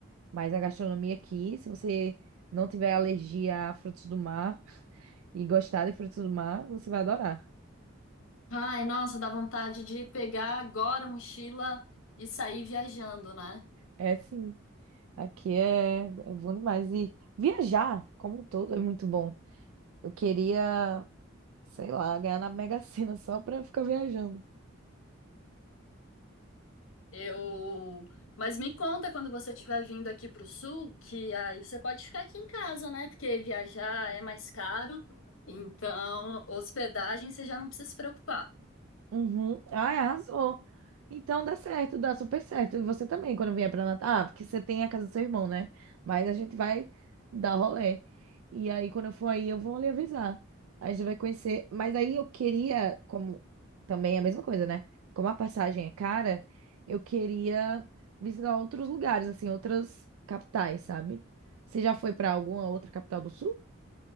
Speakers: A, on the right; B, on the left.
A: Mas a gastronomia aqui, se você não tiver alergia a frutos do mar e gostar de frutos do mar, você vai adorar.
B: Ai, nossa, dá vontade de pegar agora a mochila e sair viajando, né?
A: É sim, aqui é, é bom demais. E viajar, como um todo, é muito bom. Eu queria, sei lá, ganhar na Mega Sena só pra ficar viajando.
B: Eu. Mas me conta quando você estiver vindo aqui para o sul, que aí você pode ficar aqui em casa, né? Porque viajar é mais caro, então hospedagem você já não precisa se preocupar.
A: Uhum. Ai, arrasou. Então dá certo, dá super certo. E você também, quando vier pra Natal. Ah, porque você tem a casa do seu irmão, né? Mas a gente vai dar rolê. E aí, quando eu for aí, eu vou lhe avisar. Aí a gente vai conhecer. Mas aí eu queria, como também é a mesma coisa, né? Como a passagem é cara, eu queria visitar outros lugares, assim, outras capitais, sabe? Você já foi pra alguma outra capital do sul?